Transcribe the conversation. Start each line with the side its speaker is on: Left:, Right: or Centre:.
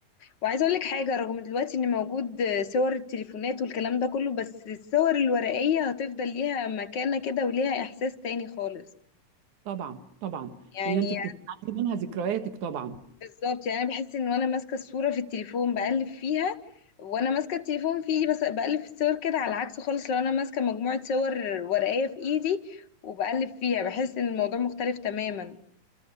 Left: وعايزه اقول لك حاجه رغم دلوقتي ان موجود صور التليفونات والكلام ده كله بس الصور الورقيه هتفضل ليها مكانه كده وليها احساس تاني خالص
Right: طبعا طبعا
Left: يعني
Right: هي انت بتتعلمي منها ذكرياتك طبعا
Left: بالظبط يعني انا بحس ان وانا ماسكه الصوره في التليفون بقلب فيها وانا ماسكه التليفون في ايدي بس بقلب في الصور كده على العكس خالص لو انا ماسكه مجموعه صور ورقيه في ايدي وبقلب فيها بحس ان الموضوع مختلف تماما